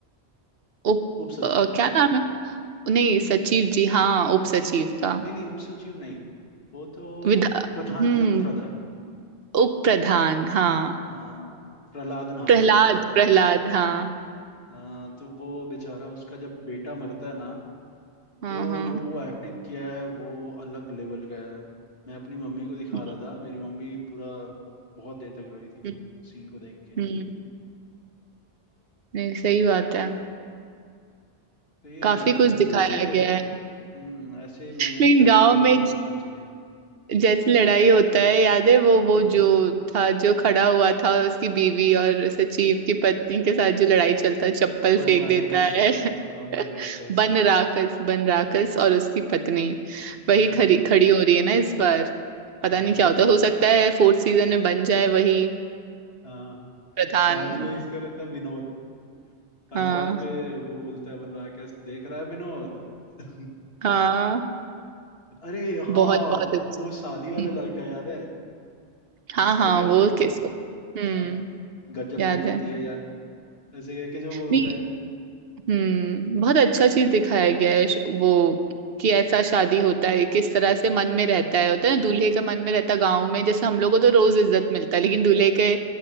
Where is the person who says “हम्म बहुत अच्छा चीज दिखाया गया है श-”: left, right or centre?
Right